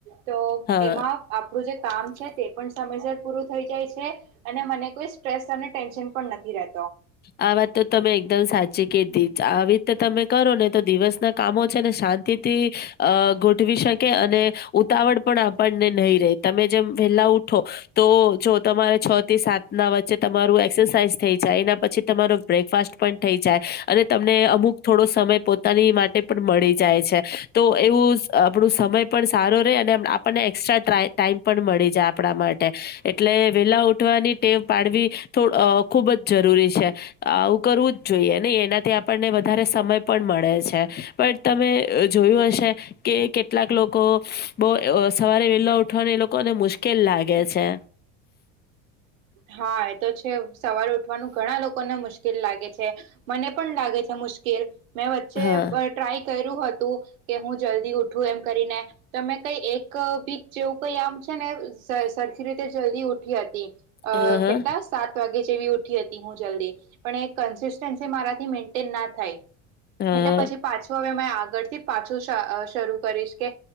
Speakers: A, on the right (about 85°); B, on the left (about 25°).
A: તો
B: હા.
A: એમાં આપણું જે કામ છે તે પણ સમયસર પૂરું થઈ જાય છે અને મને કોઈ સ્ટ્રેસ અને ટેન્શન પણ નથી રેહ
B: આ વાત તો તમે એકદમ સાચી કીધી, આવી રીતે તમે કરો ને તો દિવસના કામો છે ને શાંતિ થી અ ગોઠવી શકે અને ઉતાવળ પણ આપણને નહી રે તમે જેમ વેહલા ઉઠો તો, જો તમારે છ થી સા ત ના વચ્ચે તમારું એક્સરસાઈઝ થઈ જાય, એના પછી તમારો બ્રેકફાસ્ટ પણ થઈ જાય અને તમને અમુક થોડો સમય પોતાની માટે પણ મળી જા ય છે, તો એવું આપણું સમય પણ સારો રેહ અને અમ આપણને એસ્ટ્રા ટ્રા ટાઈમ પણ મ ળી જાય આપણા માટે. એટલે વેહલા ઉઠવાની ટેવ પાડવી થો અ ખુબ જ જરૂરી છે આવું કરવું જ જોઈએ નહી એનાથી આપણને વધારે સમય પણ મળે છે પણ તમે જોયું હશે કે કેટલાક લોકો બહ સવારે વેલા ઉઠવાની એ લોકોને મુશ શ્કેલ લાગે છે.
A: હા એ તો છે સવાર ઉઠવાનું ઘણા લોકોને મુશ્ કીલ લાગે છે મને પણ લાગે છે મુશ્કેલ મેં વચ્ચે
B: હા.
A: ટ્રાય કર્યું હતું કે હું જલ્દી ઉઠું એમ કરીને તમે કઈ એક બી જેવું કઈ આમ છે ને સરખી રીતે જલ્દી ઉઠી હતી અ
B: હા, હા,
A: કેટલા સાત વાગ્ ગે જેવી ઉઠી હતી હું જલ્દી પણ એ કન્સિન્સી મારાથી મેન્ટેન ના થાય.
B: હા,
A: એટલે
B: હા.
A: પછી પાછું હવે મે આ ગથી પાછું શરૂ કરીશ કે